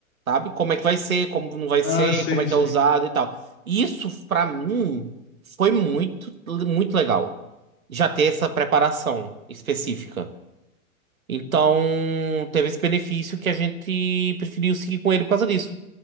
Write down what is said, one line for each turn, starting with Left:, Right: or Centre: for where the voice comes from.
Right: sabe? Como é que vai ser, como não vai
Left: Ah,
Right: ser,
Left: sim,
Right: como é que
Left: sim.
Right: é usado e tal. Isso, pra mim, foi muito, muito legal. Já ter essa preparação específica. Então, teve esse benefício que a gente preferiu seguir com ele por causa disso.